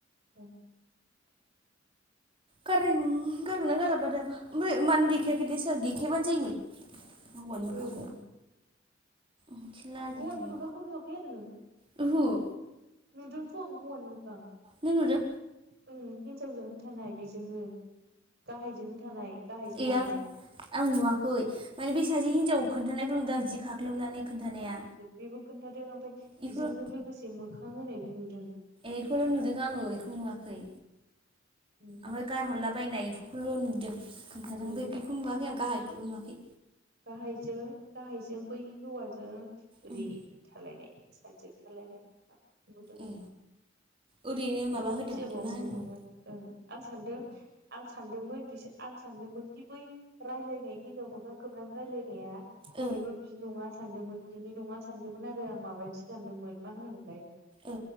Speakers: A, on the right; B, on the right.
A: <unintelligible> औ।
B: गारै गारगोन ना गाराबा दाबा ओमफ्राय मानो देखायाखै दे सोरआ देखायबानो जायोमोन। हौवानि बिखांखौ
A: ओं
B: मि सला जिथनि
A: हौवानि मोखांखौ नुवाखै आरो नों
B: <unintelligible>
A: नुदोंथ' हौवानि मोखां।
B: नों नुदो?
A: हिन्जावजोंनो थानाय बेजोंनो गाहायजोंनो थानाय गाहायजों
B: ए
A: लानाय।
B: आं आं नुवाखै माने बै सासे हिनजाव खोन्थानायखौ नुदों आं जि खाख्लोबनानै खोन्थानाया
A: बेबो खोन्थादों ओमफ्राय
B: बेखौल'
A: बेजोंनो लोगोसे मोखां होनायबो नुदों।
B: एखौल' नुदों आङो इखौ नुवाखै
A: उ <inaudible>
B: ओमफाय गारहरलाबायनाय एमफोरखौल' नुदों। खोनन्थादों
A: ओ
B: बे बेखौ नुवाखै आं गाहायखौबो नुवाखै।
A: गाहायजों गाहायजों बै हौवाजों ओरै
B: उम
A: थालायनाय साबजेक थालायनाय नुदों।
B: ए ओरैनो माबा
A: खोमसि
B: होदों
A: जबावनो
B: मा होनोमोन
A: नुदोंमोन आं सानदों। आं सानदोंमोन बिसोर आं सानदोंमोन। बिदि बै रायलायनाय हिनजाव मोगां खोबनानै रायलायनाया
B: उम ओ
A: बेबो बि नङा सानदोंमोन बिनि नङा सानदोंमोन आरो आं माबानिसो सानदोंमोन मा होनोमोनलाय
B: ओ